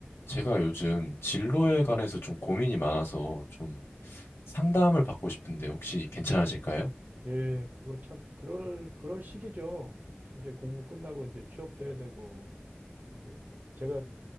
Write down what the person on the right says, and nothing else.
네, 그거 참 그럴 그럴 시기죠. 이제 공부 끝나고 이제 취업도 해야 되고 그 제가